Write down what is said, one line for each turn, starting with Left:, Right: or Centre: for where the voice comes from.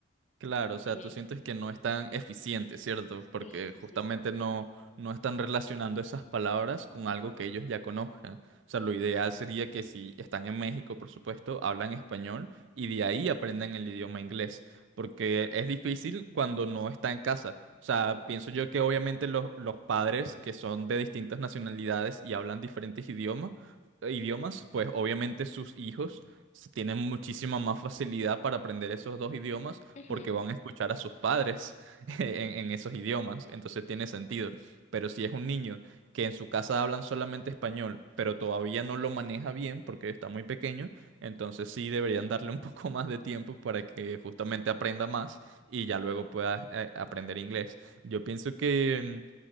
Right: Claro, o sea,
Left: Eh,
Right: tú sientes que no es tan eficiente, ¿cierto? Porque
Left: sí, sí,
Right: justamente
Left: sí.
Right: no, no están relacionando esas palabras con algo que ellos ya conozcan. O sea, lo ideal sería que si están en México, por supuesto, hablan español y de ahí aprendan el idioma inglés. Porque es difícil cuando no está en casa. O sea, pienso yo que obviamente los, los padres que son de distintas nacionalidades y hablan diferentes idiomas, idiomas, pues obviamente sus hijos tienen muchísima más facilidad para aprender esos dos idiomas
Left: Ujú,
Right: porque van a escuchar a sus padres <laughs> en, en esos idiomas, entonces tiene sentido. Pero si es un niño que en su casa hablan solamente español, pero todavía no lo maneja bien porque está muy pequeño, entonces sí deberían darle un <laughs> poco más de tiempo para que justamente aprenda más y ya luego pueda eh, aprender inglés. Yo pienso que, mm,